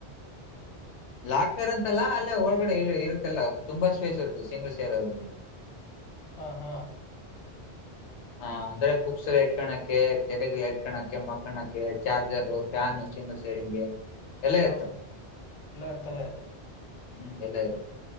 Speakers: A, on the left; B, on the left.
A: ಲಾಕರ್ ಅಂತಲ್ಲ ಅಲ್ಲೇ ಒಳಗಡೆ ಇರುತ್ತಲ್ಲ ತುಂಬಾ ಸ್ಪೇಸ್ ಇರುತ್ತೆ ಸಿಂಗ್ ಸೇರ್ ಅವರಿಗೆ
B: ಹಾ ಹಾ
A: ಹ ಅಂದ್ರೆ ಬುಕ್ಸ್ ಎಲ್ಲ ಇಟ್ಕಳಕ ಜಗ ಎಲ್ಲ ಇಟ್ಕಳಕ ಮಕ್ಕಳಕ ಚಾರ್ಜರ್ ಫ್ಯಾನ್ ಸಿಂಗ ಸೇರಿಂಗಗೆ ಎಲ್ಲ
B: ಹ
A: ಇತ್ತು
B: ಎಲ್ಲ ಅರ್ತವೆೇ
A: ಹ್ಮ್ ಎಲ್ಲ ಇ